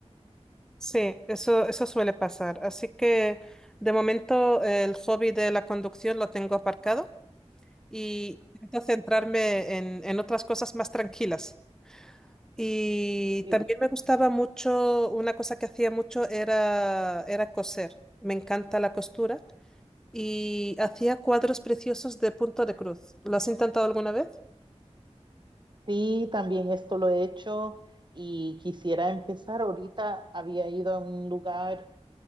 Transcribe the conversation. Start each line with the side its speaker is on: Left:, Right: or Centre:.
Centre: Sí, eso, eso suele pasar. Así que de momento el hobby de la conducción lo tengo aparcado y intento centrarme en, en otras cosas más tranquilas. Y
Right: Sí.
Centre: también me gustaba mucho, una cosa que hacía mucho era, era coser. Me encanta la costura y hacía cuadros preciosos de punto de cruz. ¿Lo has intentado alguna vez?
Right: Sí, también esto lo he hecho y quisiera empezar. Ahorita había ido a un lugar